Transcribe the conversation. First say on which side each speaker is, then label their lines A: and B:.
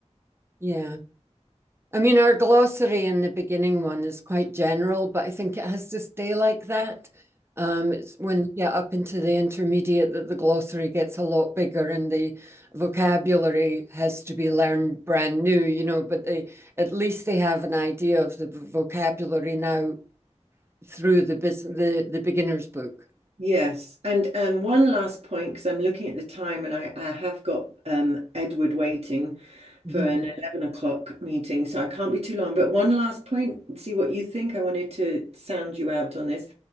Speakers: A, on the right (about 20°); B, on the right (about 60°).
A: Yeah. I mean, our glossary in the beginning one is quite general, but I think it has to stay like that. Um, it's when you get up into the intermediate that the glossary gets a lot bigger and the vocabulary has to be learned brand new, you know, but they at least they have an idea of the vocabulary now through the bus the, the beginner's book.
B: Yes, and um, one last point because I'm looking at the time and I, I have got um, Edward waiting
A: Mhm.
B: for an 11 o'clock meeting, so I can't be too long. But one last point, see what you think. I wanted to sound you out on this.